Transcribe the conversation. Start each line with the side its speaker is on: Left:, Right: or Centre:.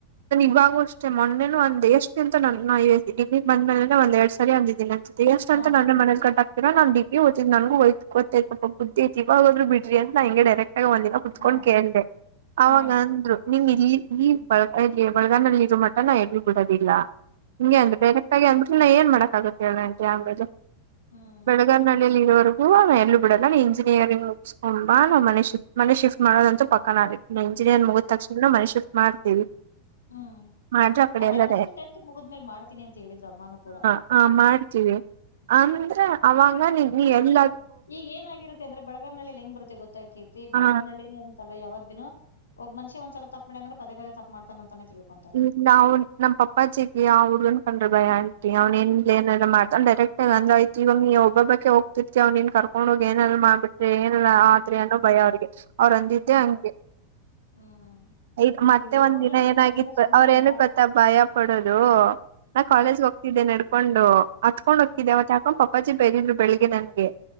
Right: ನಾನ್ ಇವಾಗೂ ಅಷ್ಟೇ ಮೊನ್ನೆನು ಅಂದೇ ಎಷ್ಟು ಅಂತ ನಾ ನಾ ಡಿಗ್ರಿ ಬಂದ ಮೇಲೆನೆ ಒಂದ ಎರಡ್ ಸ ಸರಿ ಅಂದಿದ್ದೀನಿ ಅನ್ಸ್ತ್ತೆ ಎಷ್ಟ
Left: ಹಾ
Right: ಅಂತ ನಾನೆ ಮನೇಲ್ ಕಟ್ಟ ಇನ್ನ ನಾನ್ ಡಿಗ್ರಿ ಓತಿನಿ ನನಗೂ <unintelligible> ಬುದ್ದಿ ಐತಿ ಇವಾಗಾದರು ಬಿಡ್ರಿ ಅಂತ ನಾ ಇಂಗೆ ಡೈರೆಕ್ಟ್ ಆಗಿ ಒಂದಿನಾ, ಕುತ್ಕೊಂಡ್
Left: ಹಾ
Right: ಕೇಳ್ದ
Left: ಹಾ
Right: ಅವಾಗ ಅಂದ್ರು. ನಿಮ್ ಇಲ್ಲಿ ಈ ಬೆಳಗಾಂ ಅಲ್ಲಿ ಇರೋ ಮಠ ನಾ ಎಲ್ಲೂ ಬಿಡೋದಿಲ್ಲ. ಹಿಂಗೆ
Left: ಹ್ಮ್
Right: ಅಂದ್ರು ಡೈರೆಕ್ಟ್ ಆಗೇ ಅಂದ್ರು ನಾ ಏನ್ ಮಾಡಕ್ಕ ಆಗುತ್ತೆ ಹೇಳ್ ಆಂಟಿ. ಆಮೇಲೆ,
Left: ಹ್ಮ್
Right: ಬೆಳಗಾವ ನಳ್ಳಿಯಲ್ಲಿ ಇರೋವ್ರು. ಇವಾಗ್ ನಾ ಎಲ್ಲೂ ಬಿಡಲ್ಲ ನೀ ಇಂಜಿನಿಯರಿಂಗ್ ಮುಗಸ್ಕೊ ಬಾ ನಾ ಮನೆ ಶ್ ಮನೆ ಶಿಫ್ಟ್ ಮಾಡೋದಂತೂ ಪಕ್ಕನಾ. <unintelligible> ನಾ ಇಂಜಿನಿಯರ್
Left: ಹ್ಮ್
Right: ಮುಗದ ತಕ್ಷಣನ ಮನೆ ಶಿಫ್ಟ್ ಮಾಡ್ತೀವಿ.
Left: ಹ್ಮ್
Right: ಮಾಡ್ರೆ ಆ ಕಡೆ
Left: ಅದೇ
Right: ಎಲ್ಲ
Left: ಬಸುನ್ ಟೆಂತ್ ಮುಗದಮೆಲ್ ಮಾಡ್ತೀನಿ ಅಂತ ಹೇಳಿದ್ರು ಅಮ್ಮಾನೂ ಕೂಡ.
Right: ಹಾ ಮಾಡ್ತವಿ. ಅಂದ್ರೆ ಅವಾಗ ನೀ ಎಲ್ಲ
Left: ಈಗ ಏನಾಗಿರುತ್ತೆ ಅಂದ್ರೆ ಬಳಗಾಂನಳ್ಳಿಲ್ಲಿ ಹೆಂಗ ಬರುತ್ತೆ ಗೊತ್ತಾ ಕಿರ್ತಿ ಬಳಗಾಂನಳ್ಳಿ
Right: ಆ
Left: ಅ ತಲ್ಲ ಯಾವಗ್ ದಿನು ಒಬ್ಬ ಮನ್ಷ ಒಂದ್ ಸಲ ತಪ್ಪ ಮಾಡ್ಯನ್ ಅಂದ್ರ ಪದೇ ಪದೇ ತಪ್ಪ ಮಾಡ್ತಾನ ಅಂತಾನೇ ತಿಳ್ಕೊ
Right: ಇಲ್ಲ ಅವ್ನ್ ನಮ್ಮ್ ಪಪ್ಪಾಜಿಗೆ ಆ ಹುಡುನ್ ಕಂಡ್ರೆ ಭಯ ಆಂಟಿ ಅವ್ನ್ ಏನ ಲೇ ಏನರ ಮಾಡ್ತ ಅವ್ನ್ ಡೈರೆಕ್ಟ್ ಹೇ ಹಂಗ ಆಯ್ತ್ ಇವಗ್ ನೀ ಒಬ್ಬಬ್ಬಕ್ಕೆ ಹೋಗ್ತಿರ್ತಿಯ ನೀನ್ ಕರ್ಕೊಂಡ ಹೋಗಿ ಏನಾರ ಮಾಡ್ಬಟ್ಟ ಏನೀಲ್ಲ ಆದ್ರೆನು
Left: ಹ್ಮ್
Right: ಭಯ ಅವ್ರಿಗೆ ಅವ್ರು ಅಂದಿದ್ದೆ
Left: ಹ್ಮ್
Right: ಹಂಗೆ,
Left: ಹ್ಮ್
Right: ಇದ ಮತ್ತೆ
Left: ಬಿಡು
Right: ಒಂದ್
Left: ಹೋಗ್ಲಿ
Right: ದಿನ ಏನಾಗಿ
Left: ಅದೆಲ್ಲ ಸುಮ್ನೆ
Right: ಅವ್ರ ಏನಕ್ಕ
Left: ಯಾಕ್
Right: ಗೊತ್ತಾ ಭಯ ಪಡೋದು ನಾ
Left: ಹ್ಮ್
Right: ಕಾಲೇಜಗೆ ಹೋಗ್ತಿದ್ದೆ ನಡ್ಕೊಂಡು. ಅತ್ಕೊಂಡ್ ಹೋಕ್ಕಿದ್ದೆ
Left: ಹ್ಮ್
Right: ಅವತ್ ಯಾಕೊ ಪಪ್ಪಾಜಿ ಬೇದಿದ್ರು ಬೆಳಗ್ಗೆ ನನ್ಗೆ.